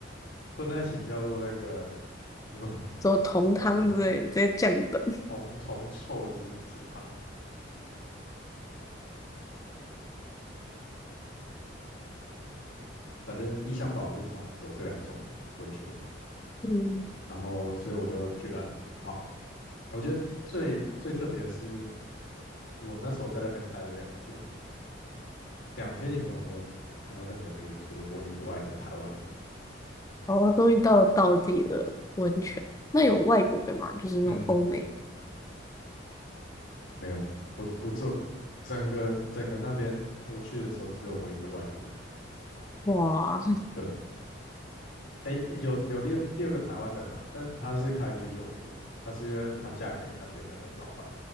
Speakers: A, on the left; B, on the left.
A: 混在一起叫做那个什么
B: 么同汤之类的，
A: 什么
B: 直接降等。
A: 铜铜臭之之汤，反正异箱宝就是同时有这两种温泉，
B: 嗯，
A: 然后所以我就去让人泡。我觉得最最特别的是，我那时候在那边待了两天，两天里面我没有看到任何一个除了我以外的台湾人。
B: 哦，终于到了道地的温泉。那有外国的吗？就是那种欧美。
A: 嗯，没有，我我只有整个整个那边我去的时候只有我一个外国人。
B: 哇，
A: 对，诶，有有第二第二个台湾人啊，但他是开居酒屋的，他是因为他嫁给那边的老板。